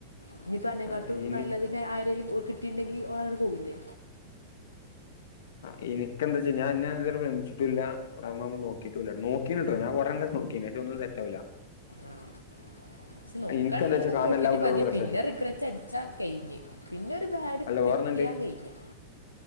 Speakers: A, on the left; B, on the left.
A: ഇഞ്ഞിപ്പ അന്നേകാട്ടും
B: ആഹ് എനിക്ക്
A: നല്ലതിനെ ആരേലും ഓൽകിട്ടിണ്ടങ്കി ഓളങ്ങനെ പോവൂലെ
B: ആഹ് ഇൻക്കന്താച്ചഴിഞ്ഞ ഞാൻ നാം ഇത് വരേ പ്രേമിച്ചിട്ടില്ല കൊറേ അമ്മാവുമ്പോൾ നോക്കിട്ടു ഇല്ലട്ടോ നോക്കീണ്ട്ട്ടോ ഞാൻ കൊറേ എണ്ണം നൊ ക്കീണ് പഷേ ഒന്നും സെറ്റവുല
A: ആഹ് പക്ഷ് നോക്കാനിങ്ങനെഒക്കെ
B: ഇനിക്ക് എന്താ വെച്ചാ കാണുന്ന
A: നോക്കിട്ട്
B: എല്ലാ കുട്ടികളോടും
A: മതി
B: ക്രഷ്
A: പിന്നെറിഗററ്റടിച്ചാ
B: അടിച്ചു
A: കഴിഞ്ഞ് പിന്നെഒരുബാഡ്
B: അല്ല
A: കിട്ടിയാ
B: ഓർമ്മണ്ട്
A: കയ്ഞ്ഞു